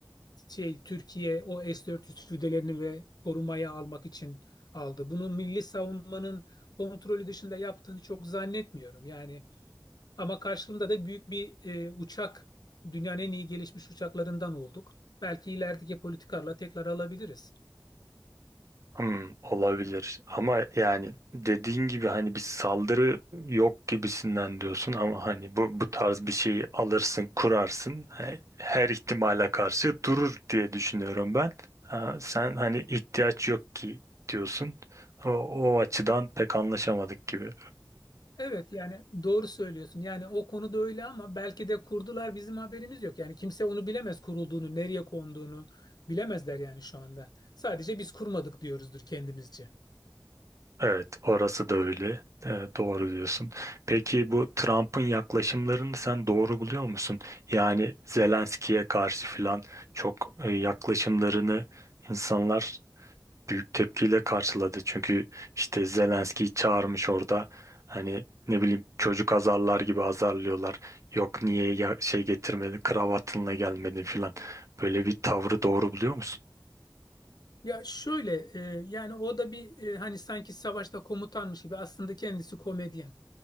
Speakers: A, on the left; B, on the right.
A: şey Türkiye o S-400 füzelerini ve korumaya almak için aldı. Bunu milli savunmanın kontrolü dışında yaptığını çok zannetmiyorum. Yani ama karşılığında da büyük bir e, uçak, dünyanın en iyi gelişmiş uçaklarından olduk. Belki ilerideki politikalarla tekrar alabiliriz.
B: Hmm, olabilir ama yani dediğin gibi hani bir saldırı yok gibisinden diyorsun ama hani bu bu tarz bir şeyi alırsın kurarsın he- her ihtimale karşı durur diye düşünüyorum ben. Ha, sen hani ihtiyaç yok ki diyorsun o, o açıdan pek anlaşamadık gibi.
A: Evet yani doğru söylüyorsun. Yani o konuda öyle ama belki de kurdular bizim haberimiz yok. Yani kimse onu bilemez kurulduğunu, nereye konduğunu bilemezler yani şu anda. Sadece biz kurmadık diyoruzdur kendimizce.
B: Evet, orası da öyle. Ee, doğru diyorsun. Peki bu Trump'ın yaklaşımlarını sen doğru buluyor musun? Yani Zelenski'ye karşı filan çok e, yaklaşımlarını insanlar büyük tepkiyle karşıladı. Çünkü işte Zelenski'yi çağırmış orada. Hani ne bileyim çocuk azarlar gibi azarlıyorlar. Yok niye ya- şey getirmedi, kravatınla gelmedin filan. Böyle bir tavrı doğru buluyor musun?
A: Ya şöyle e, yani o da bir e, hani sanki savaşta komutanmış gibi aslında kendisi komedyen.